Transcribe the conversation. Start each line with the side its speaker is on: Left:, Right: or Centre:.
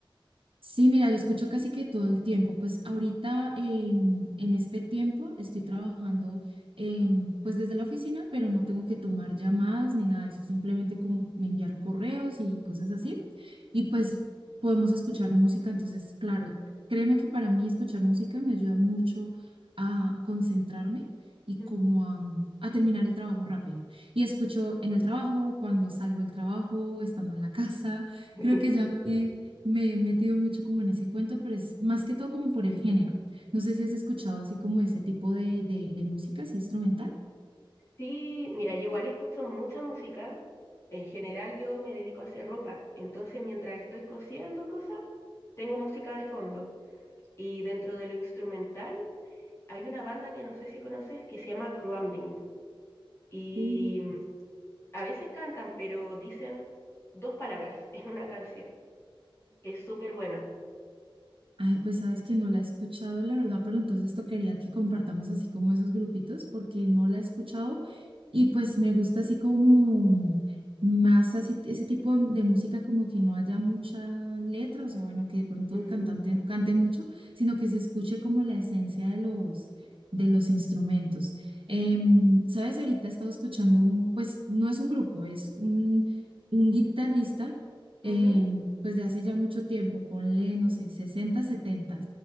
Right: Sí, mira, lo escucho casi que todo el tiempo. Pues ahorita em, en este tiempo estoy trabajando em, pues desde la oficina, pero no tengo que tomar llamadas ni nada de eso, simplemente como enviar correos y cosas así. Y pues podemos escuchar música, entonces, claro, créeme que para mí escuchar música me ayuda mucho a concentrarme y
Left: Mm.
Right: como a, mm, a terminar el trabajo rápido. Y escucho en el trabajo, cuando salgo del trabajo, estando en la <laughs> casa.
Left: <laughs>
Right: Creo que ya me, me he metido mucho como en ese cuento, pero es más que todo como por el género. No sé si has escuchado así como ese tipo de, de, de música, así instrumental.
Left: Sí, mira, yo igual escucho mucha música. En general yo me dedico a hacer ropa, entonces mientras estoy cosiendo cosas, tengo música de fondo. Y dentro de lo instrumental hay una banda que no sé si conoces que se llama Cruambing. Y
Right: Ujú.
Left: mm, a veces cantan, pero dicen dos palabras <laughs> en una canción. Es súper bueno.
Right: Ay, pues sabes que no la he escuchado, la verdad, pero entonces esto quería que compartamos así como esos grupitos, porque no la he escuchado y pues me gusta así como más así, ese tipo de, de música como que no haya mucha letra, o sea, bueno, que de pronto
Left: Mm,
Right: el cantante no cante mucho, sino que se escuche como la esencia de los, de los instrumentos. Em, sabes, ahorita he estado escuchando un, pues no es un grupo, es un, un guitarrista
Left: ujú.
Right: eh, pues de hace ya mucho tiempo, ponle, no sé, 60 70,